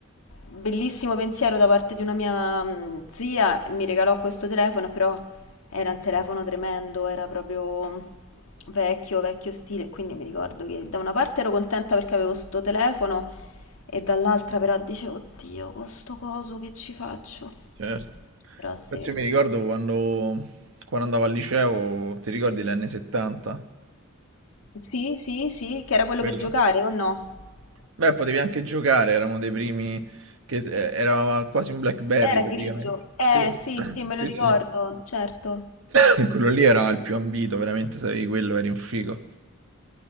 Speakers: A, on the left; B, on the right.
A: bellissimo pensiero da parte di una mia mm, zia, mi regalò questo telefono, però era un telefono tremendo, era proprio vecchio, vecchio stile. Quindi mi ricordo che da una parte ero contenta perché avevo sto telefono e dall'altra però dicevo, oddio, con sto coso che ci faccio?
B: Certo.
A: Però sì.
B: Infatti io mi ricordo quando, quando andavo al liceo, ti ricordi l'N70?
A: Sì, sì, sì, che era quello
B: Bello.
A: per giocare o no?
B: Beh, potevi anche giocare, eravamo dei primi che eh, era quasi un BlackBerry
A: Era
B: praticamente.
A: grigio. Eh,
B: Sì,
A: sì,
B: <clears throat>
A: sì, me lo
B: sì,
A: ricordo,
B: sì.
A: certo.
B: E Quello lì era il più ambito, veramente, se avevi quello eri un figo.